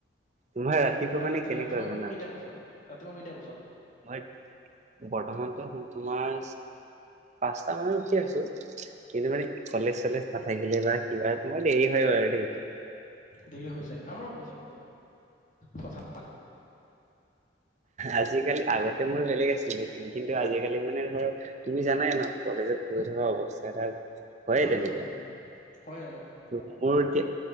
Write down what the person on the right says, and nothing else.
তোমাৰ ৰাতিপুৱা
মানে
কেনেকুৱা
জানা
মই বৰ্তমানতো শুন তোমাৰ পাঁচটা মানত উঠি আছো কিন্তু মানে কলেজ চলেজ নাথাকিলে বা কিবা অ দে এই হয়াইেইটো
আজিকালি আগতে মই বেলেগ আছিলো নতুন কিন্তু আজিকালি মানে ধৰ তুমি জানাই ন কলেজত পঢ়ি থকা অৱস্থাত আৰু হয়
তেনেকুৱা
ত
মোৰ এতিয়া